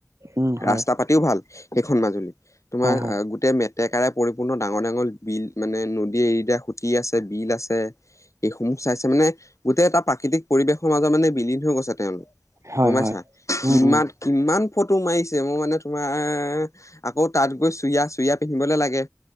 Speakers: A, on the right (about 70°); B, on the left (about 80°).
A: উম হয়
B: ৰাস্তা পাতিও ভাল সেইখন মাজুলী তোমাৰ
A: হয় হয়
B: গোটেই মেটেকাৰে পৰিপূৰ্ণ ডাঙৰ ডাঙৰ বিল মানে নদীয়ে এৰি দিয়া সুতি আছে বিল আছে। এইসমূহ চাইছে মানে গোটেই এটা প্ৰাকৃতিক পৰিৱেশৰ মাজত মানে বিলীন হৈ গৈছে তেওঁলোক।
A: হয়
B: গম পাইছা
A: হয় উম
B: কিমান
A: উম
B: কিমান ফটো মাৰিছে মই মানে তোমাৰ আকৌ তাত গৈ চুৰিয়া চুৰিয়া পিন্ধিবলৈ লাগে।